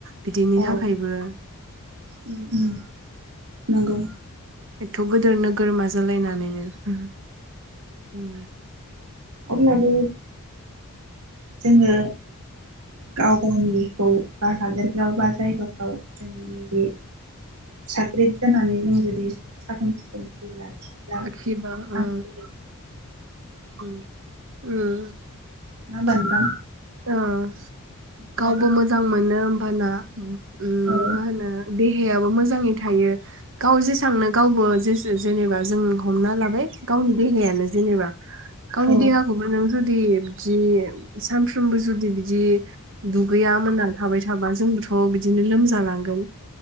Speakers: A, on the right; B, on the right.
A: बिदिनि
B: औ
A: थाखायबो
B: उम उम नोंगौ
A: एथ गोदोर नोगोर नाजालायनानैनो उम
B: अब्लाबो जोंङो गाव गावनिखौ बा हादोरफ्राव बा जायगाफ्राव जोंनि बे साख्रिजों सानै जों जुदि साखोन सिखोन जुदि लाखिब्ला थामफै
A: आखिबा ओ
B: बिदै
A: उम उम
B: नोंङा होमबा नोंथां
A: ओं
B: बिदि
A: गावबो
B: आरो
A: मोजां मोनो हाला उम उम
B: औ
A: माहोनो दे हायाबो मोजांङै थायो गाव जे थांनो गावबो जे जेनेबा जों हमना लाबाय गावनि देहायानो जेनेबा गावनि
B: औ
A: देहाखौबो‌ नों जुदि बिदि साम फ्रोमबो जुदि बिदि दुगैया मोनना थाबाय थाबा जोंबोथ बिदिनो लोमजालांगोन